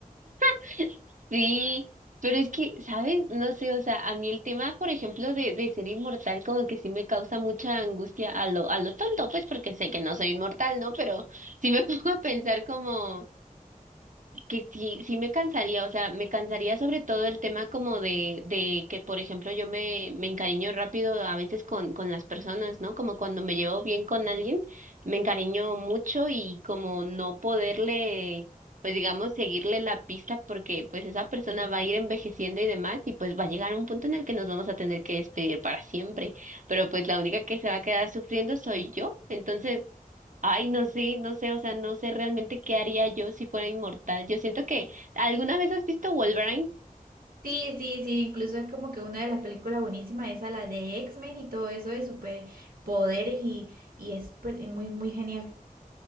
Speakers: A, on the right; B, on the right.
A: <laughs> Sí, pero es que, ¿sabes? No sé, o sea, a mí el tema, por ejemplo, de, de ser inmortal, como que sí me causa mucha angustia a lo, a lo tonto, pues porque sé que no soy inmortal, ¿no? Pero sí me <laughs> pongo a pensar como que sí, sí me cansaría, o sea, me cansaría sobre todo el tema como de, de que, por ejemplo, yo me, me encariño rápido a veces con, con las personas, ¿no? Como cuando me llevo bien con alguien, me encariño mucho y como no poderle, pues digamos, seguirle la pista porque pues esa persona va a ir envejeciendo y demás y pues va a llegar un punto en el que nos vamos a tener que despedir para siempre, pero pues la única que se va a quedar sufriendo soy yo, entonces... Ay, no sé, no sé, o sea, no sé realmente qué haría yo si fuera inmortal. Yo siento que, ¿alguna vez has visto Wolverine?
B: Sí, sí, sí, incluso es como que una de las películas buenísimas, esa, la de X-Men y todo eso de superpoderes y, y es pues, muy, muy genial.